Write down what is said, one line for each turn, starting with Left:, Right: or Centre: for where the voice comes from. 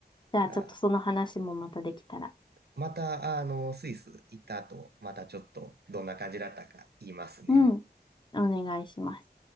Left: じゃあ、
Right: <laughs>
Left: ちょっとその話もまたできたら。
Right: あまた、あの、スイス行った後、またちょっとどんな感じだったか言いますね。
Left: うん。お願いします。